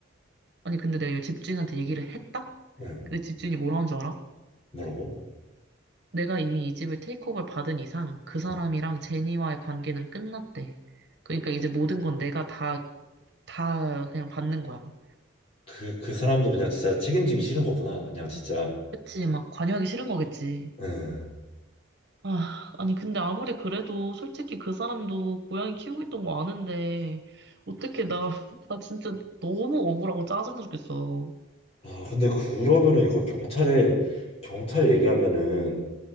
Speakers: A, on the right (about 55°); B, on the left (about 30°).
A: 아니, 근데 내가 이 집주인한테 얘기를 했다?
B: 응,
A: 근데 집주인이 뭐라는 줄 알아?
B: 뭐라고?
A: 내가 이미 이 집을 테이크오버를 받은 이상 그 사람이랑
B: 응.
A: 제니와의 관계는 끝났대. 그러니까 이제 모든 건 내가 다, 다 그냥 받는 거야.
B: 그, 그 사람도 그냥 진짜 책임지기 싫은 거구나. 그냥 진짜.
A: 그치, 막 관여하기 싫은 거겠지.
B: 응.
A: 아, 아니, 근데 아무리 그래도 솔직히 그 사람도 고양이 키우고 있던 거 아는데, 어떻게 나, <laughs> 나 진짜 너무 억울하고 짜증나 죽겠어.
B: 아, 근데 그러면은 이거 경찰에, 경찰에 얘기하면은,